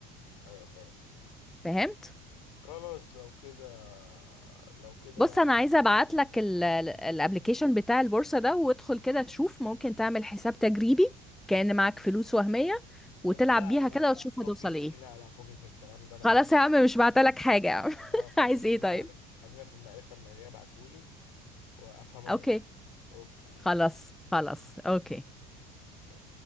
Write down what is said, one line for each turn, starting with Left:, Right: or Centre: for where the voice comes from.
Left: أيوه فاهم دماغك
Centre: فهمت
Left: خلاص لو كده لو كده
Centre: بص
Left: بقى
Centre: انا عايزه ابعت لك الابلكيشن بتاع البورصه ده وادخل كده شوف ممكن تعمل حساب تجريبي كأن معاك فلوس وهميه وتلعب
Left: لا
Centre: بيها
Left: لا
Centre: كده
Left: لا
Centre: وتشوف
Left: فكك
Centre: هتوصل ايه
Left: لا لا فكك من الكلام ده انا
Centre: خلاص
Left: عايز
Centre: يا عم مش بعتلك حاجه يا عم
Left: اه
Centre: <laughs>
Left: خلينا
Centre: عايز
Left: في
Centre: ايه
Left: المعرفة
Centre: طيب
Left: خلينا في المعرفة المالية ابعتهولي وافهمه
Centre: اوكي
Left: مني اوكي
Centre: خلاص
Left: يلا
Centre: خلاص اوكي
Left: باي.